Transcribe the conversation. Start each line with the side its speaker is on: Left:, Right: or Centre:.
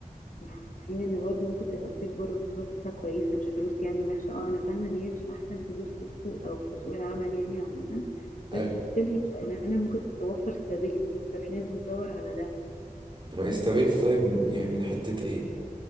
Left: وف- وفي حين ان برضه ممكن تبقى بتكبر وفلوسها كويسة مش فلوس يعني وحشة اه انا فاهمة ان هي مش احسن فلوس في السوق او في سوق العمل يعني عامة
Right: أيوة
Left: بس ستيل هي شغلانة ممكن توفر ستابيليتي ففي ناس بتدور على ده
Right: استابيليتي طيب من- يعني من حتة إيه؟